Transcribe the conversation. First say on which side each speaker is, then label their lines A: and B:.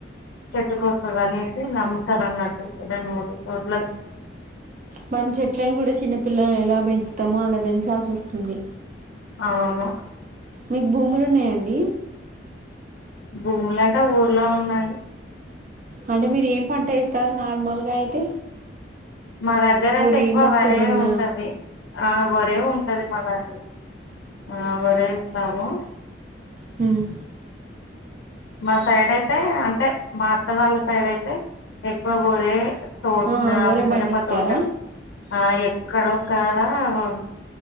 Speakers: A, on the left (about 80°); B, on the right (about 45°).
A: చెట్టు కోస అనేసి నమ్ముతారు అన్నటు ఏదా మూడు చోట్ల
B: మనం చెట్లను కూడా చిన్నపిల్లలను ఎలా పెంచుతామో అలా పెంచాల్సి వస్తుంది
A: అవును
B: మీకు భూములు ఉన్నాయంండి
A: భూములంటే ఊర్లో ఉన్నాయి
B: అంటే మీరు ఏం పంట వేస్తారు నార్మల్గా అయితే
A: మా దగ్గర అయితే
B: వరి
A: ఎక్కువ
B: మొక్కజొన్న
A: వరే ఉంటది ఆ వరే ఉంటది మా దగ్గర ఆ వరేస్తారా
B: హ్మ్
A: మా సైడ్ అయితే అంటే మా అత్త వాళ్ళ సైడ్ అయితే ఎక్కువ బోరే తోట
B: ఆ
A: నా
B: ఒరే
A: మిరప
B: బండి ఇస్తారా
A: తోట ఆ ఎక్కడొ ఒక